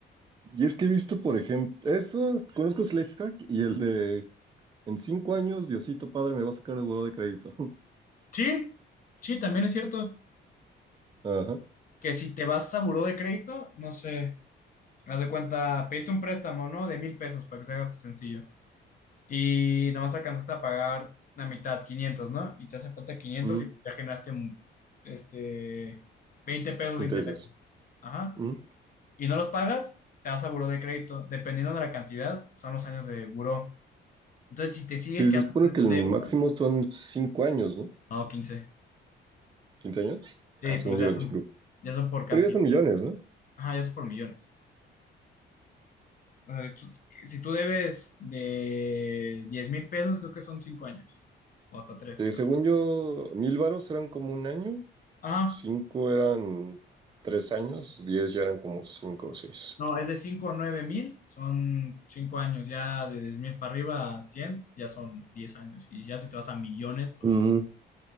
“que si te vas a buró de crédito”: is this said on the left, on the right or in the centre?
Left